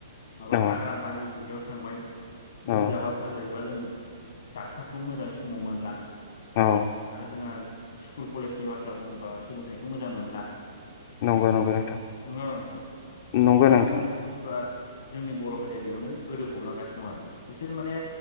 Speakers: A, on the left (about 65°); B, on the left (about 30°).
A: माबा
B: औ
A: हाग्रा बारि बिदियाव थांबाय लोमजाबा
B: औ
A: साजायोबा जों डाक्टारखौ मोजाङै समाव मोनला
B: औ
A: आरो जोंहा स्कुल कलेजनि बाथ्रा बुङोबा सोलोंथाइखो मोजां मोनला
B: नंगौ नंगौ
A: नंगोना नङा नोंथां
B: नंगौ
A: बेजोंनो
B: नंगौ नोंथां
A: माने बुस्थुआ जोंनि बर' हारिया बेयावनो गोदोफबलांगासिनो दं आरो बिसोर माने